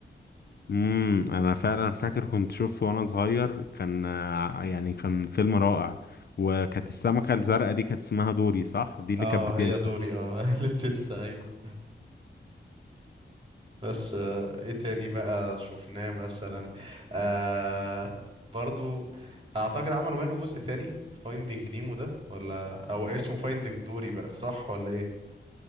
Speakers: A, on the left; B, on the right.
A: امم انا فعلا فاكر كنت شفته وانا صغير كان آه، يعني كان فيلم رائع وكانت السمكة الزرقاء دي كانت اسمها دوري صح دي اللي
B: اه
A: كانت بتنسى
B: هي دوري اه <laughs> اللي بتنسى ايوه بس آه، ايه تاني بقى شفناه مثلا آه برضو اعتقد عملوا منه جزء تاني فايندينج نيمو ده ولا او اسمه فايندينج دوري بقى صح ولا ايه